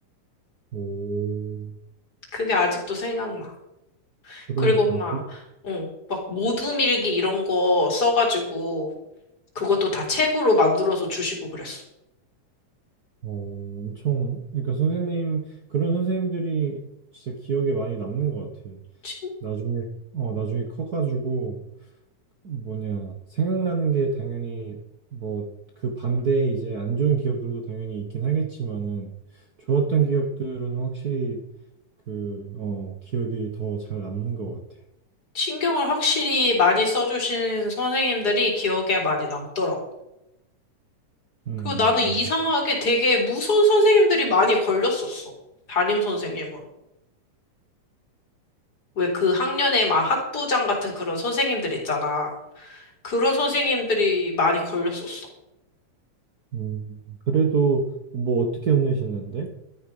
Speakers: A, on the right (about 55°); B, on the left (about 30°).
A: 오,
B: 그게 아직도 생각나.
A: 그러니까
B: 그리고 막,
A: 그,
B: 어, 막 모두밀기 이런 거 써가지고 그것도 다 책으로 만들어서 주시고 그랬어.
A: 어, 엄청 그러니까 선생님 그런 선생님들이 진짜 기억에 많이 남는 것 같아.
B: 신-
A: 나중에 어 나중에 커가지고 뭐냐, 생각나는 게 당연히 뭐 그 반대에 이제 안 좋은 기억들도 당연히 있긴 하겠지만은 좋았던 기억들은 확실히 그, 어, 기억이 더 잘 남는 것 같아.
B: 신경을 확실히 많이 써주신 선생님들이 기억에 많이 남더라고.
A: 음,
B: 그리고 나는
A: 맞아.
B: 이상하게 되게 무서운 선생님들이 많이 걸렸었어. 담임 선생님으로. 왜 그 학년에 막 학부장 같은 그런 선생님들 있잖아. 그런 선생님들이 많이 걸렸었어.
A: 음, 그래도 뭐 어떻게 혼내셨는데?